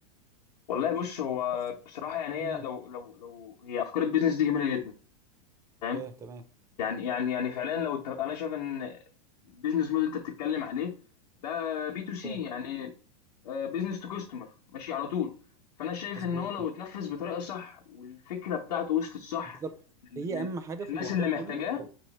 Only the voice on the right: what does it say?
بس
مهم.
فاهم تمام
فاهم
مظبوط
بالظبط
هي أهم حاجة في
الموضوع
كله